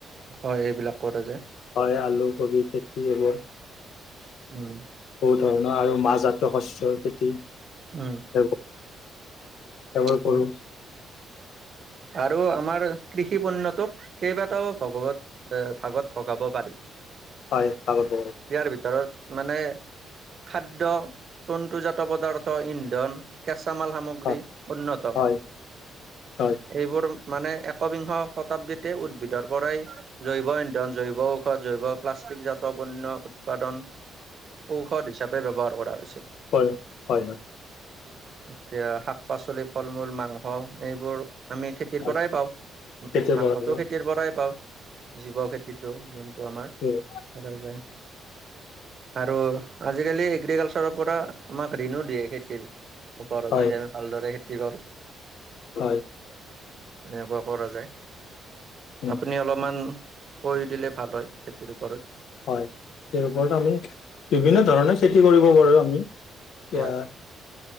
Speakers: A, on the right (about 50°); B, on the left (about 70°).
A: হয়, এইবিলাক কৰে যে।
B: হয়, আলু, কবি খেতি এইবোৰ
A: উম।
B: বহুত ধৰণৰ, আৰু মাহ জাতীয় শস্যৰ খেতি
A: উম
B: সেইবোৰ সেইবোৰ কৰোঁ
A: হয় আৰু আমাৰ কৃষি পণ্যটোক কেইবাটাও ভগৱত-ভাগত ভগাব পাৰি,
B: হয় আগত
A: ইয়াৰ ভিতৰত মানে খাদ্য, তন্তুজাত পদাৰ্থ, ইন্ধন, কেঁচা মাল গ্ৰী
B: হয়
A: অন্যতম,
B: হয় হয়
A: এইবোৰ মানে একবিংশ শতাব্দীতে উদ্ভিদৰ পৰাই জৈৱ ইন্ধন, জৈৱ ঔষধ, জৈৱ প্লাষ্টিক জাত পণ্য উৎপাদন, ঔষধ হিচাপে ব্যৱহাৰ কৰা হৈছে।
B: হয়, হয় হয়।
A: এতিয়া শাক পাচলি, ফল মূল, মাংস, এইবোৰ আমি খেতিৰ
B: হয়
A: পৰাই পাওঁ,
B: খেতিৰ
A: মাংসটো
B: পৰা হয়
A: খেতিৰ পৰাই পাওঁ। জীৱ খেতিটো, যোনটো আমাৰ
B: হয়
A: কৰা যায়। আৰু আজিকালি এগ্ৰিকালচাৰৰ পৰা আমাক ঋণো দিয়ে খেতিৰ। ওপৰত
B: হয়
A: যদি আমি ভালদৰে খেতি কৰোঁ।
B: হয়।
A: এনেকুৱা কৰা যায়,
B: উম
A: আপুনি অলপমান কৰি দিলে ভাল হয়, খেতিৰ ওপৰত।
B: হয়, খেতিৰ ওপৰত আমি, বিভিন্ন ধৰণে খেতি কৰিব পাৰোঁ আমি। এতিয়া
A: হয়